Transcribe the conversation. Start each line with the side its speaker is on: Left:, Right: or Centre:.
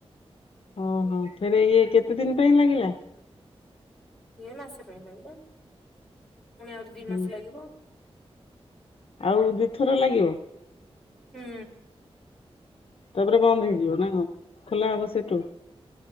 Left: ଓହୋ ଫରେ ଇଏ କେତେ ଦିନ ପାଇଁ ଲାଗିଲା?
Centre: ଏ ମାସ ପାଇଁ ଲାଗିଲା ପୁଣି ଆହୁରି ଦି
Left: ହୁଁ
Centre: ମାସ ଲାଗିବ।
Left: ଆଉ ଦି ଥର ଲାଗିବ?
Centre: ହୁଁ।
Left: ତାପରେ ବନ୍ଦ ହେଇଯିବ ନା କଣ? ଖୋଲା ହବ ସେଠୁ।